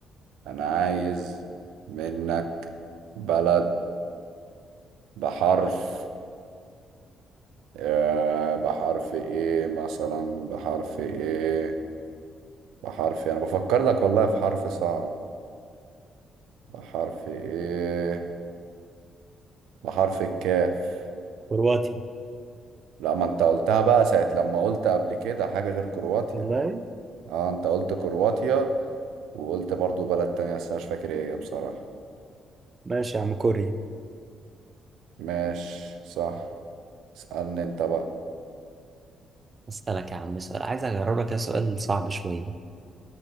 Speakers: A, on the right (about 85°); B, on the right (about 30°).
A: انا عايز منك بلد بحرف آه بحرف ايه مثلا بحرف ايه بحرف انا بفكر لك والله في حرف صعب بحرف ايه بحرف الكاف
B: كرواتي
A: لا ما انت قلتها بقى ساعة لما قلت قبل كده حاجة غير كرواتيا
B: والله
A: اه انت قلت كرواتيا وقلت برضو بلد تانية بس أنا مش فاكر ايه هي بصراحة
B: ماشي يا عم كوري
A: ماشي صح اسألني انت بقى
B: اسالك يا عم سؤال عايز اجرب لك سؤال صعب شويه